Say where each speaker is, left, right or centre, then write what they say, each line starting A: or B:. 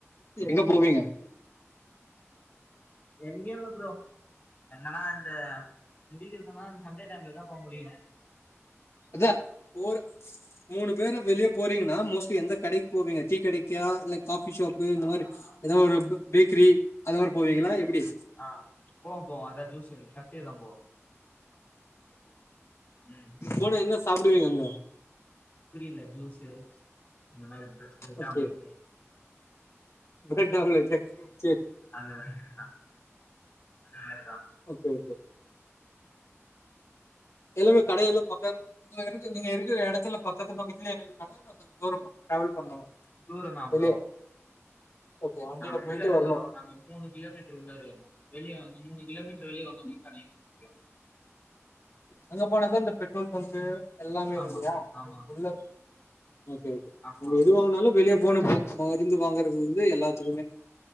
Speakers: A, on the left; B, on the left.
A: எங்க போவீங்க
B: இங்க வல்ல ப்ரோ என்னனா இந்த முடிக்கிறதுன்னா சண்டே டைம்லதா போ முடியணு
A: அதா ஓர் மூணு பேரு வெளிய போறீங்கன்னா மோஸ்ட்லி எந்த கடைக்கு போவீங்க டீ கடைக்கா காஃபி ஷாப்பு
B: சாட்டர்டேல
A: இந்த மாரி எதா ஒரு பேக்கிரி அத மாரி போவீங்களா
B: ம்
A: எப்டி
B: ஆ போவோ போவோ அதா ஜூஸ் கஃபேதா போவோ ம்
A: போனா என்ன சாப்பிடுவீங்க அங்க
B: புரியல ஜூஸு இந்த மாரி ப்ர பிரட்
A: ஓகே
B: ஆம்லேட்டு
A: <unintelligible>
B: அந்த <unintelligible> அந்த மாரிதா
A: ஓகே ஓகே எல்லாமே கடையெல்லா பக்க இருக்கு நீங்க இருக்கிற இடத்துல பக்கத்து பக்கத்துலயே இரு கட கொஞ்ச தூரமா டிராவல் பண்ணனு
B: தூரந்தா
A: வெளிய
B: ப்ரோ
A: ஓகே வண்டில
B: நாங்க
A: போயிட்டு
B: உள்ள இருக்குறோ
A: வரணு
B: நாங்க மூணு கிலோ மீட்டர் உள்ள இருக்குறோ வெளிய வந்து மூணு கிலோமீட்டர் வெளிய வந்தோனே <unintelligible>
A: அங்க போனாதா இந்த பெட்ரோல் பக்கு எல்லாமே
B: ஆமா
A: கெடைக்குதா
B: ஆமா ஆமா
A: உள்ள ம் ஒகே
B: ஆமா
A: நம்ம
B: ஆமா
A: எது வாங்குனாலு
B: ஆமா
A: வெளியே போனப்போ மருந்து வாங்கறது வந்து எல்லாத்துக்குமே